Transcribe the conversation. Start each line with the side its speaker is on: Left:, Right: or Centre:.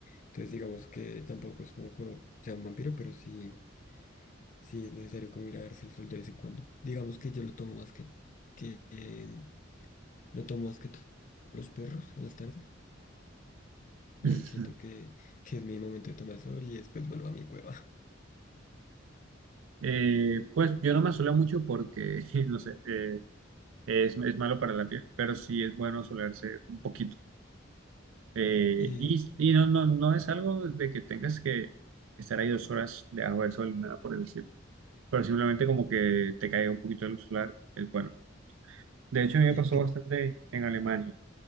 Left: Entonces digamos que tampoco es como que uno sea un vampiro, pero sí, sí es necesario como ir a darse el sol de vez en cuando. Digamos que yo lo tomo más que, que eh, lo tomo más que to- los perros en las tardes. Ahí
Right: <laughs>
Left: siento que, que es mi momento de tomar sol y después vuelvo a mi cueva. <laughs>
Right: Eh, pues yo no me asoleo mucho porque, <laughs> no sé, eh, es, es malo para la piel, pero sí es bueno asolearse un poquito. Eh,
Left: Eh,
Right: y y no, no, no es algo de que tengas que estar ahí dos horas debajo del sol ni nada por el estilo, pero simplemente como que te caiga un poquito de luz solar, es bueno. De hecho, a mí me
Left: eh,
Right: pasó
Left: que
Right: bastante en Alemania,